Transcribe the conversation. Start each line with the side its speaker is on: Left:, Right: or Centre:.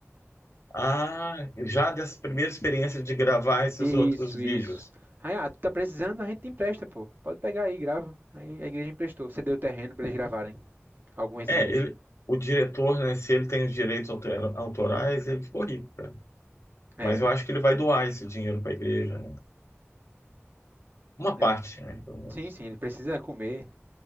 Left: Ah, já dessa primeira experiência de gravar esses
Right: Isso,
Left: outros
Right: isso.
Left: vídeos.
Right: Aí, ah, tu tá precisando, a gente empresta, pô. Pode pegar aí, grava. Aí a igreja emprestou, cedeu o terreno para eles gravarem algumas
Left: É,
Right: cenas.
Left: ele, o diretor, né, se ele tem os direitos autor- autorais, ele ficou rico, cara.
Right: É.
Left: Mas eu acho que ele vai doar esse dinheiro para a igreja, né? Uma
Right: É.
Left: parte, né, pelo menos.
Right: Sim, sim, ele precisa comer,